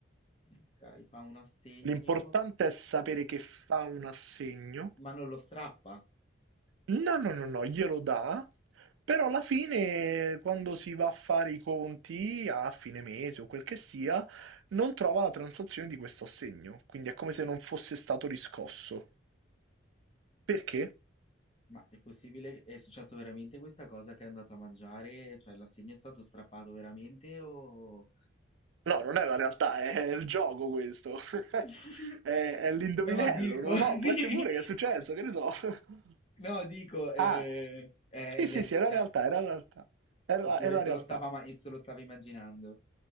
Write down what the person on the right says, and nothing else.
L'importante è sapere che fa un assegno
No, no, no, no, glielo dà, però alla fine, quando si va a fare i conti a fine mese o quel che sia, non trova la transazione di questo assegno, quindi è come se non fosse stato riscosso. Perché?
No, non è la realtà, è il gioco questo. <laughs>
È, è l'indovinello,
non lo so,
può
essere pure che è successo, che ne so. <laughs>
Ah,
sì,
sì, sì, è
la realtà, è la realtà. È la,
è la
realtà.